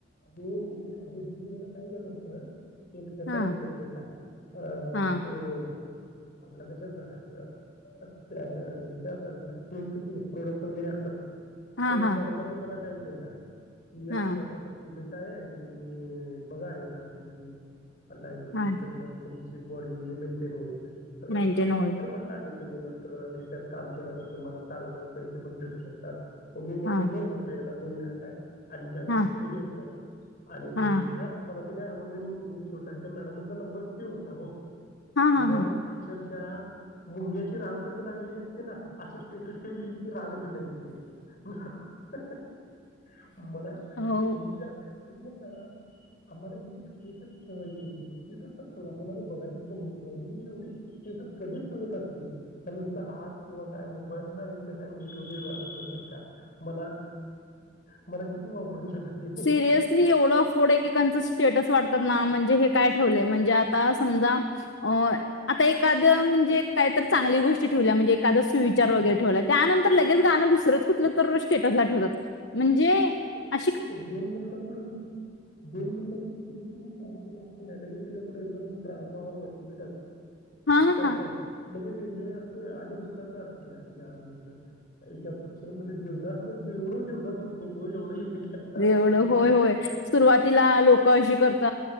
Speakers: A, on the left; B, on the left.
A: दोन कोटीचा हे बिल व्हायला काय झालं होतं? एक त्याचा
B: हा
A: प्रोडक्ट होता, अ
B: हा
A: तो. आपल्या कस झालं त्याचा विचारताना एक प्रॉडक्ट वगैरे असतो.
B: हा
A: एक
B: हा
A: नॉर्मली मला काही गेल्या कि
B: हा
A: आता कसं मिटा आहे आणि तुम्ही बघा एकदा तुमची लाईफ वगैरे
B: हा
A: सगळं तुमच बॉडी वगैरे मेंटेन होईल. तर
B: मेंटेन होईल
A: बरं म्हटलं आणि तुम्ही नंतर ह्याच्यात काम केलं तर तुम्हाला चांगलं पैसे पण भेटू शकतात. मग मी म्हटलं
B: हा
A: बर म्हटलं एकदा बघूया काय आणि त्या
B: हा
A: ग्रूपमध्ये जॉईन आणि
B: हा
A: झालं मला ते काही आवडलं मी ग्रुप सोडला आणि त्या मॅडमा्नचा नंबर सेव्ह होता हो
B: हा हा
A: मॅडम
B: हा
A: अक्षर त्या मुंग्याची रांग कस लागलेली ते ना असं स्टेटस ठेवलेली्ची रांगच दिसायची ह ह मला
B: हो
A: मी मी म्हणणार आम्हाला एक स्टेटस ठेवायची हो स्टेटस तर सोड कोणाला बघायची पण हो आणि तूही एवढी स्टेटस कधी ठेवत असल त्यानंतर हात किंवा काय मोबाईललाच्या काय वेट वगैरे वाटत नसेल का मला मला किती वापरून जात <unintelligible>
B: सिरियसली एवढं अफोर्ड एकी कंच स्टेटस वाटत म्हणजे हे काय ठेवलंय म्हणजे आता समजा अ आता एखाद म्हणजे काहीत चांगली गोष्टी ठेवल्या म्हणजे एखाद सुविचार वगैरे ठेवला त्यानंतर लगेच गाणं दुसरंच कुठलं तर स्टेटसला ठेवात म्हणजे
A: अर्थात
B: अ
A: नसते दोन मिनिटांपूर्वी दोन मिनिटापूर्वी <unintelligible> लगेच पुढ एकम ड्रामा म ता
B: हा
A: टाकतय म्हणजेच एन्जॉय असतो आणि दु कस तर यार मतलब एक आप पिक्चर मध्ये देवदास देऊड देवदास होत नाही तो एवढं हिने टाकतात
B: एवढं
A: त्यांच्या
B: होय होय सुरुवातीला लोक अशी करत